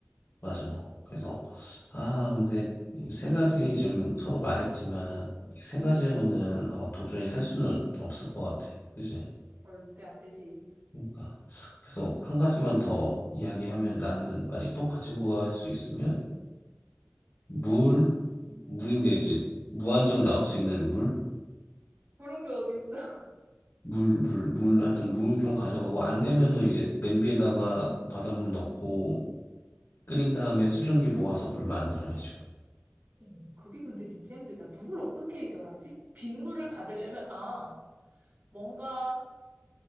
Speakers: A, on the left; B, on the right.
A: 맞아. 그래서, 아, 근데 이 세 가지 지금 서로 말했지만, 이 세 가지로는 어, 도저히 살 수는 없을 것 같아. 그지?
B: 절대 안 되지.
A: 그러니까. 그래서 한 가지만 더 이야기하면 나는 만약 또 가지고 갈 수 있으면, 물, 물인데 이제 무한정 나올 수 있는 물?
B: 그런 게 어디 있어?
A: 물, 물, 물, 하여튼 물 좀 가져가고, 안 되면은 이제 냄비에다가 바닷물 넣고, 끓인 다음에 수증기 모아서 물 만들어야지.
B: 어, 그게 근데 진짜 힘들다. 물을 어떻게 해결하지? 빗물을 받으려면, 아, 뭔가